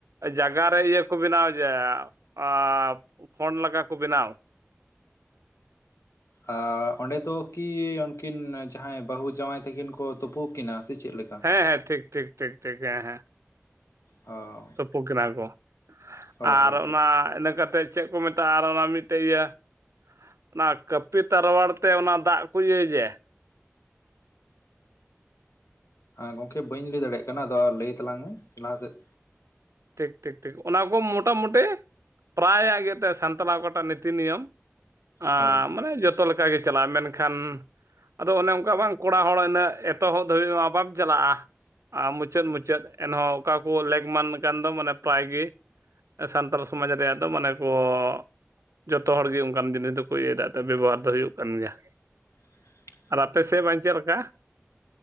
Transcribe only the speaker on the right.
ᱡᱟᱭᱜᱟᱮ ᱤᱭᱟᱹ ᱠᱚ ᱵᱮᱱᱟᱣ ᱡᱮᱜᱟᱸ ᱨᱮ ᱤᱭᱟᱹ ᱠᱚ ᱢᱮᱱᱟᱜ ᱜᱮᱭᱟ ᱯᱷᱚᱰ ᱞᱮᱠᱟ ᱠᱚ ᱵᱮᱱᱟᱣ᱾
ᱦᱮᱸ ᱦᱮᱸ ᱴᱷᱤᱠ ᱴᱷᱤᱠ ᱴᱷᱤᱠ ᱴᱷᱤᱠ ᱦᱮᱸ ᱦᱮᱸ ᱿
ᱛᱩᱯᱩ ᱠᱤᱱᱟ ᱠᱚ
ᱟᱨ
ᱚᱱᱟ ᱤᱱᱟᱹ ᱠᱟᱛᱮᱫ ᱪᱮᱫ ᱠᱚ ᱢᱮᱛᱟᱜᱼᱟ ᱟᱨ ᱚᱱᱟ ᱢᱤᱫᱴᱮᱡ ᱤᱭᱟᱹ ᱼᱼ ᱚᱱᱟ ᱠᱟᱹᱯᱤ ᱛᱟᱨᱣᱟᱲ ᱛᱮ ᱚᱱᱟ ᱫᱟᱜ ᱠᱚ ᱤᱭᱟᱹᱭ ᱡᱮ।
ᱴᱷᱤᱠ ᱴᱷᱤᱠ ᱴᱷᱤᱠ ᱚᱱᱟ ᱠᱚ ᱢᱳᱴᱟᱢᱩᱴᱤ, ᱯᱨᱟᱭ ᱭᱟᱜ ᱜᱮᱛᱮ ᱥᱟᱱᱛᱟᱲᱟᱜ ᱚᱠᱚᱴᱟᱜ ᱱᱤᱛᱤ ᱱᱤᱭᱚᱢ। ᱟᱸᱻ
ᱢᱟᱱᱮ ᱡᱚᱛᱚ ᱞᱮᱠᱟᱜᱮ ᱪᱟᱞᱟᱜᱼᱟ ᱢᱮᱱᱠᱷᱟᱱ ᱟᱫᱚ ᱚᱱᱮ ᱚᱱᱠᱟ ᱵᱟᱝ ᱠᱚᱲᱟ ᱦᱚᱲ ᱩᱱᱟᱹᱜ ᱮᱛᱚᱦᱚᱵ ᱫᱷᱟᱹᱵᱤᱡ ᱢᱟ ᱵᱟᱢ ᱪᱟᱞᱟᱜᱼᱟ। ᱟᱨ ᱢᱩᱪᱟᱹᱫ ᱢᱩᱪᱟᱹᱫ ᱮᱱᱦᱚᱸ ᱚᱠᱟ ᱠᱚ ᱞᱮᱠ ᱢᱟᱱ ᱟᱠᱟᱱ ᱫᱚ ᱢᱟᱱᱮ ᱯᱨᱟᱭ ᱜᱮ᱾ ᱥᱟᱱᱛᱟᱲ ᱥᱚᱢᱟᱡᱽ ᱨᱮᱭᱟᱜ ᱫᱚ ᱢᱟᱱᱮ ᱠᱚ ᱼᱼ ᱡᱚᱛᱚ ᱦᱚᱲᱟᱜ ᱚᱱᱠᱟᱱ ᱡᱤᱱᱤᱥ ᱫᱚᱠᱚ ᱤᱭᱟᱹᱭᱫᱟ ᱛᱚ ᱵᱮᱵᱚᱦᱟᱨ ᱫᱚ ᱦᱩᱭᱩᱜ ᱠᱟᱱ ᱜᱮᱭᱟ।
ᱟᱨ ᱚᱯᱮ ᱥᱮᱫ ᱵᱟᱧ ᱪᱮᱞᱮᱠᱟ ᱾